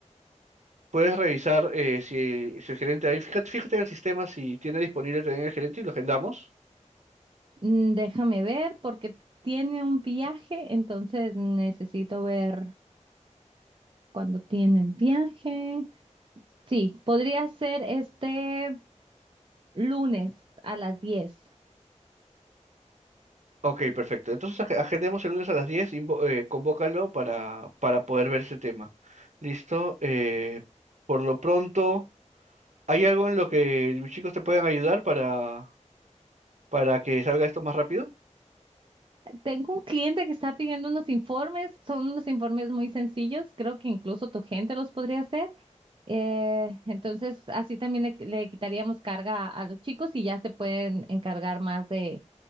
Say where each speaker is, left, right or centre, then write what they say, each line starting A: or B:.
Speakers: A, on the right; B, on the right.
A: Puedes revisar eh, si, si el gerente ahí, fíjate, fíjate en el sistema si tiene disponible también el gerente y lo agendamos.
B: Mm, déjame ver porque tiene un viaje, entonces necesito ver cuándo tiene el viaje. Sí, podría ser este lunes a las 10.
A: Ok, perfecto. Entonces ag- agendemos el lunes a las diez invo- eh, convócalo para, para poder ver ese tema. ¿Listo? Eh, por lo pronto, ¿hay algo en lo que los chicos te puedan ayudar para, para que salga esto más rápido?
B: Tengo un cliente que está pidiendo unos informes, son unos informes muy sencillos, creo que incluso tu gente los podría hacer. Eh, entonces, así también le, le quitaríamos carga a, a los chicos y ya se pueden encargar más de,